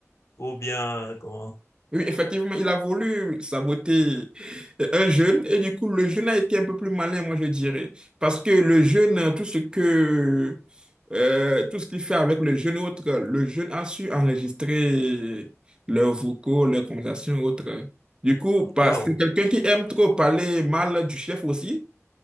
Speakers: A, on the left; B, on the right.
A: ou bien comment?
B: Oui, effectivement, il a voulu saboter euh, un jeune et du coup, le jeune a été un peu plus malin, moi je dirais. Parce que le jeune, tout ce que, euh, tout ce qu'il fait avec le jeune autre, le jeune a su enregistrer leurs vocaux, leurs conversations autres. Du coup, bah,
A: Waouh,
B: c'est quelqu'un qui aime trop parler mal du chef aussi